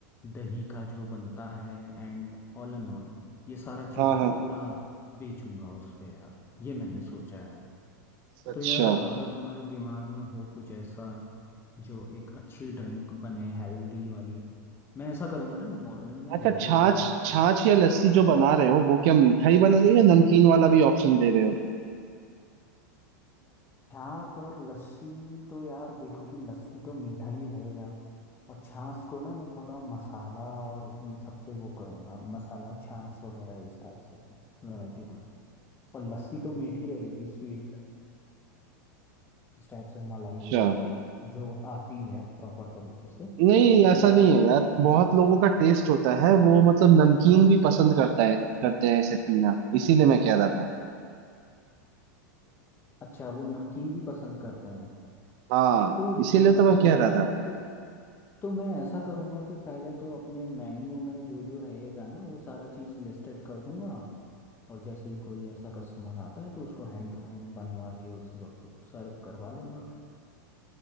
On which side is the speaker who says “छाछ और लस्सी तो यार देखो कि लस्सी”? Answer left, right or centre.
Left